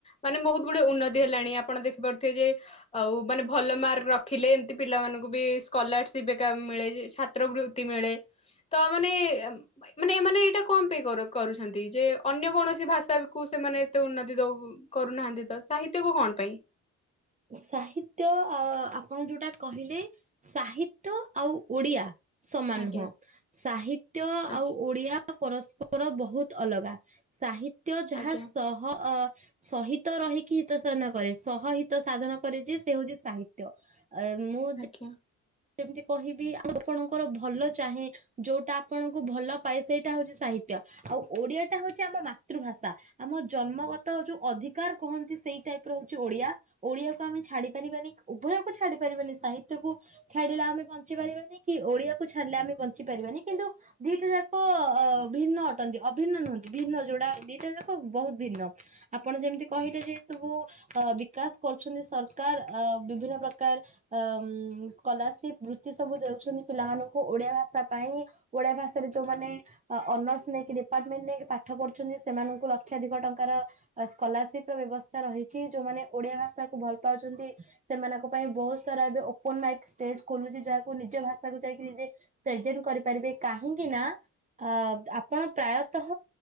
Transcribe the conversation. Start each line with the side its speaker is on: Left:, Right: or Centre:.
Left: ମାନେ ବହୁତ ଗୁଡ଼େ, ଉନ୍ନତି ହେଲାଣି। ଆପଣ ଦେଖିପାରୁଥିବେ ଯେ ଆଉ ମାନେ ଭଲ ମାର୍କ ରଖିଲେ, ଏମିତି ପିଲାମାନଙ୍କୁ ବି ସ୍କଲାରସିପ୍ ଏକା ମିଳେ ଯେ ଛା ତ୍ର ବୃତ୍ତି ମିଳେ। ତ ମାନେ-ଏମ୍ ମାନେ ଏମାନେ ଏଇଟା କଣ ପାଇଁ କର-କରୁଛନ୍ତି, ଯେ ଅନ୍ୟ କୌଣସି ଭାଷା କୁ ସେମାନେ ଏତେ ଉନ୍ନତି ଦଉ କରୁନାହାଁନ୍ତି ତ, ସାହିତ୍ୟକୁ କଣ ପାଇଁ?
Right: ସାହିତ୍ୟ ଆ-ଆପଣ ଯୋଉଟା କହିଲେ, ସାହିତ୍ୟ ଆଉ ଓଡ଼ିଆ ସମାନ
Left: ଆଜ୍ଞା
Right: ନୁହଁ। ସାହିତ୍ୟ
Left: ଆଚ୍ଛା
Right: ଆଉ ଓଡ଼ିଆ ପରସ୍ପର ବହୁତ ଅଲଗା। ସାହିତ୍ୟ ଯାହା
Left: ଆଜ୍ଞା
Right: ସହ ହଅ ସହିତ ରହିକି ହିତସାନ କରେ, ସହହିତ ହିତ ସାଧନ କରେ ଯେ, ସେ ହଉଛି ସାହିତ୍ୟ। ଆ ମୁଁ
Left: ଜ୍ଞା।
Right: କେମିତି କହିବି, ଆପଣଙ୍କର ଭଲ ଚାହେଁ। ଯୋଉଟା ଆପଣଙ୍କୁ ଭଲ ପାଏ। ସେଇଟା ହଉଛି ସାହିତ୍ୟ। ଆଉ ଓଡ଼ିଆଟା ହେଉଛି ଆମ ମାତୃଭାଷା। ଆମ ଜନ୍ମଗତ ଯୋଉ ଅଧିକାର କୁହନ୍ତି ସେଇ ଟାଇପ୍ ର ହଉଛି ଓଡ଼ିଆ। ଓଡ଼ିଆକୁ ଆମେ ଛାଡ଼ି ପାରିବାନି। ଉଭୟକୁ ଛାଡ଼ି ପାରିବାନି ସାହିତ୍ୟକୁ ଛାଡ଼ିଲେ ଆମେ ବଞ୍ଚି ପାରିବାନି କି, ଓଡ଼ିଆକୁ ଛାଡ଼ିଲେ ଆମେ ବଞ୍ଚି ପାରିବାନି। କିନ୍ତୁ ଦିଟା ଯାକ ଅ ଭିନ୍ନ ଅଟନ୍ତି। ଅ ଭିିନ୍ନ ନୁହନ୍ତି। ଭିନ୍ନ ଯୋଉଟା ଦିଟା ଯାକ ବହୁତ୍ ଭିନ୍ନ। ଆପଣ ଯେମିତି କହିଲେ ଯେ, ସବୁ ଅ ବିକାଶ କରୁଛନ୍ତି ସରକାର। ଅ ବିଭିନ୍ନ ପ୍ରକାର ଅମ୍ କଲାରସିପ୍ ବୃତ୍ତି ସବୁ ଦେଉଛନ୍ତି, ପିଲାମାନଙ୍କୁ ଓଡ଼ିଆ ଭାଷା ପାଇଁ। ଓଡ଼ିଆ ଭାଷାରେ ଯୋଉମାନେ ଅନର୍ସ ନେଇକି ଡିପାର୍ଟମେଣ୍ଟ ନେଇକି ପାଠ ପଢୁଛନ୍ତି। ସେମାନଙ୍କୁ ଲକ୍ଷାଧିକ ଟଙ୍କାର ସ୍କଲାରସିପ୍ ର ବ୍ୟବସ୍ଥା ରହିଛି। ଯୋଉମାନେ ଓଡ଼ିଆ ଭାଷାକୁ ଭଲ ପାଉଛନ୍ତି। ସେମାନଙ୍କ ପାଇଁ ବହୁତ ସାରା ଏବେ ଓପନ୍ ମାଇକ୍ ଷ୍ଟେଜ ଖୋଲୁଛି। ଯାହାକୁ ନିଜ ଭାଷାକୁ ଯାଇକି ନିଜେ ପ୍ରେଜେଣ୍ଟ କରିପାରିବେ। କାହିଁକି ନା ଆ ଆପଣ ପ୍ରାୟତଃ